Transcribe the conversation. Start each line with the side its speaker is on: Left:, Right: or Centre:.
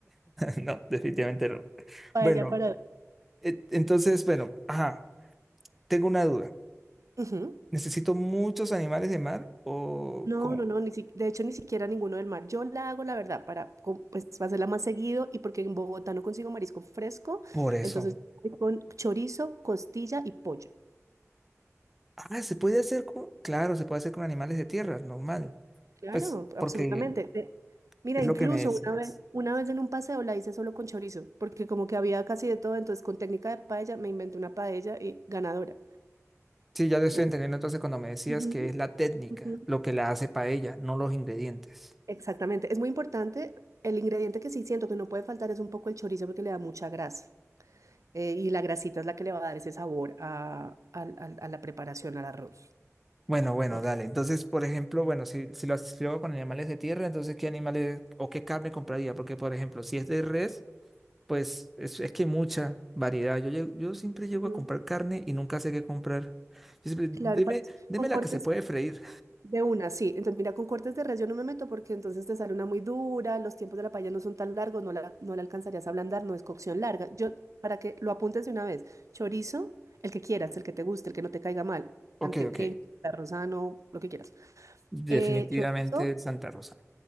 Centre: <laughs> No, definitivamente no.
Right: Para
Centre: Bueno,
Right: ella, para...
Centre: e- entonces, bueno, ajá, tengo una duda.
Right: Ujú.
Centre: ¿Necesito muchos animales de mar o
Right: No,
Centre: cómo?
Right: no, no, ni si- de hecho ni siquiera ninguno del mar. Yo la hago, la verdad, para co- pues, para hacerla más seguido y porque en Bogotá no consigo marisco fresco,
Centre: Por eso.
Right: entonces voy con chorizo, costilla y pollo.
Centre: Ah, se puede hacer con, claro, se puede hacer con animales de tierra, normal.
Right: Claro,
Centre: Pues
Right: absolutamente.
Centre: porque
Right: De- mira,
Centre: es
Right: incluso
Centre: lo que me decías.
Right: una vez, una vez en un paseo la hice solo con chorizo, porque como que había casi de todo, entonces con técnica de paella me inventé una paella y ganadora.
Centre: Sí, ya lo estoy
Right: Lo-
Centre: entendiendo entonces cuando me decías
Right: Ujú,
Centre: que es la técnica
Right: ujú.
Centre: lo que la hace paella, no los ingredientes.
Right: Exactamente, es muy importante. El ingrediente que sí siento que no puede faltar es un poco el chorizo porque le da mucha grasa. Eh, y la grasita es la que le va a dar ese sabor a, al- al- a la preparación al arroz.
Centre: Bueno, bueno,
Right: Ok.
Centre: dale. Entonces, por ejemplo, bueno, si, si lo, si lo hago con animales de tierra, entonces, ¿qué animales o qué carne compraría? Porque, por ejemplo, si es de res, pues es, es que hay mucha variedad. Yo, llego- yo siempre llego
Right: Mm,
Centre: a comprar carne y nunca sé qué comprar. Yo siempre, deme,
Right: Claro, pa-
Centre: deme
Right: con cortes
Centre: la que se puede freír.
Right: de una, sí. Entonces, mira, con cortes de res yo no me meto porque entonces te sale una muy dura, los tiempos de la paella no son tan largos, no la, no la alcanzarías a ablandar, no es cocción larga. Yo, para que lo apuntes de una vez, chorizo, el que quieras, el que te guste, el que no te caiga mal,
Centre: Ok,
Right: antioqueño,
Centre: ok.
Right: rosano, lo que quieras.
Centre: Definitivamente
Right: Eh, chorizo.
Centre: Santa Rosa.